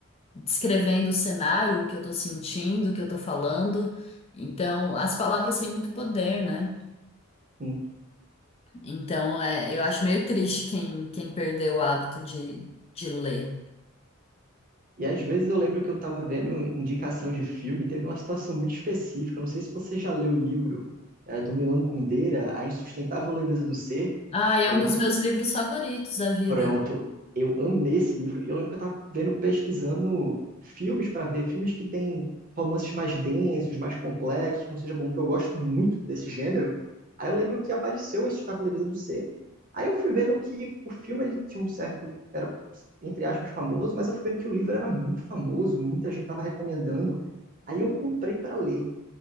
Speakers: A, on the left; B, on the right.
A: descrevendo o cenário, o que eu tô sentindo, o que eu tô falando. Então, as palavras têm muito poder, né?
B: Sim.
A: Então, é, eu acho meio triste quem, quem perdeu o hábito de, de ler.
B: E às vezes eu lembro que eu estava vendo indicação de filme, teve uma situação muito específica. Não sei se você já leu o livro eh, do Milan Kundera, A Insustentável Leveza do Ser.
A: Ah, e é
B: Eu
A: um
B: lembro
A: dos meus
B: que
A: livros favoritos da vida.
B: Pronto, eu amei esse livro. E eu lembro que eu tava vendo, pesquisando filmes para ver, filmes que têm romances mais densos, mais complexos, como seja bom, que eu gosto muito desse gênero. Aí eu lembro que apareceu esse Estava Leveza do Ser. Aí eu fui vendo que o filme ele tinha um certo, era entre aspas famoso, mas eu fui vendo que o livro era muito famoso, muita gente tava recomendando. Aí eu comprei para ler.